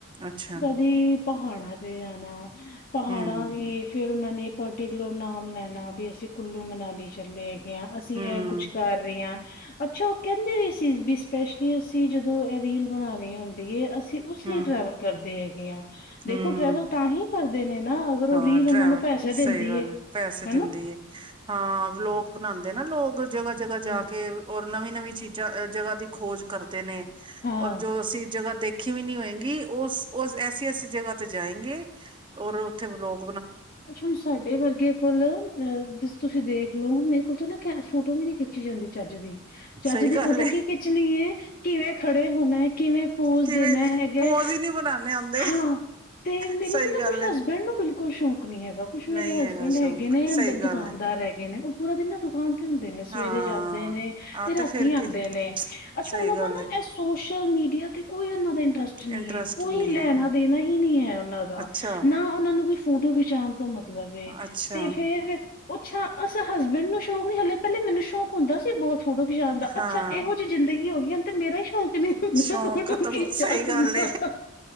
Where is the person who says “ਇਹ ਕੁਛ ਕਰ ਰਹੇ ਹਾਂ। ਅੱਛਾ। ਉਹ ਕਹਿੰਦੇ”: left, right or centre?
Left